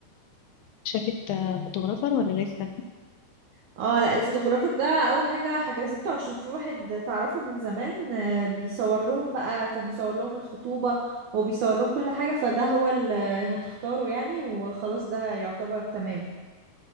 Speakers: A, on the left; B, on the right.
A: شافت آه، فوتوغرافر ولا لسه
B: اه لا الفوتوغرافر ده اول حاجة حجزته عشان في واحد تعرفه من زمان آه، بيصور لهم بقى كان بيصور لهم الخطوبة وبيصور لهم كل حاجة فده هو اللي هتختاره يعني وخلاص ده يعتبر تمام